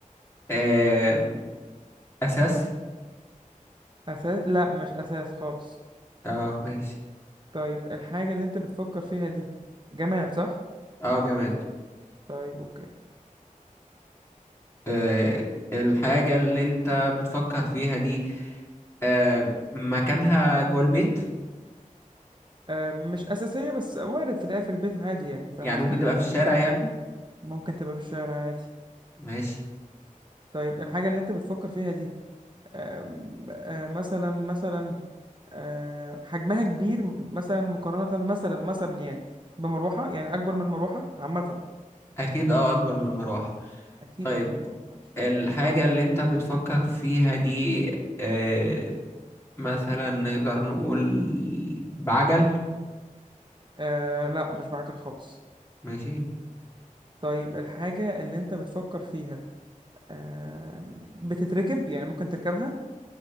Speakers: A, on the left; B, on the right.
A: آه، أساس
B: اساس لا مش اساس خالص
A: اه ماشي
B: طيب الحاجة اللي انت بتفكر فيها دي جماد صح؟
A: اه جماد
B: طيب اوكي
A: آه، الحاجة اللي انت بتفكر فيها دي آه، مكانها جوه البيت
B: أه مش أساسية بس وارد تلاقيها في البيت عادي يعني فاهم
A: يعني
B: قصدي؟
A: ممكن تبقى في الشارع يعني
B: ممكن تبقى في الشارع عادي
A: ماشي
B: طيب الحاجة اللي انت بتفكر فيها دي أم، أه مثلا مثلا أه حجمها كبير مثلا مقارنة مثلا مثلا يعني بمروحة يعني أكبر من المروحة عامة
A: اكيد اه اكبر من المروحة
B: أكيد
A: طيب
B: أكبر من المروحة معلش.
A: الحاجة اللي انت بتفكر فيها دي آه مثلا نقدر نقول بعجل
B: أه لا مش بعجل خالص
A: ماشي
B: طيب الحاجة اللي انت بتفكر فيها أه بتتركب يعني ممكن تركبها